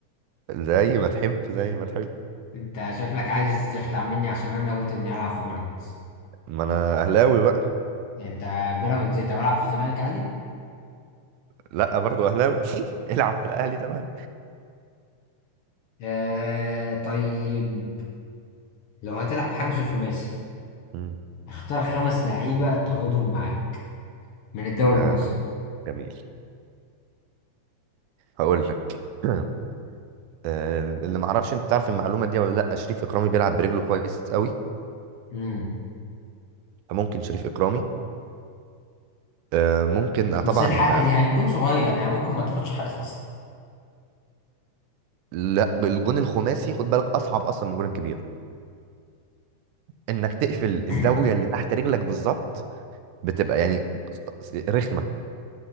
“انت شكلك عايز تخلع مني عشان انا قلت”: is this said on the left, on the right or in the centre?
Left